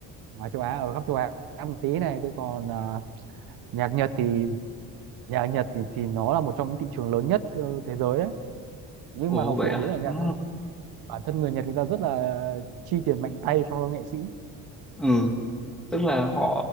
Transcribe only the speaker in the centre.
ồ
vậy
à
ừ,
ừ tức là họ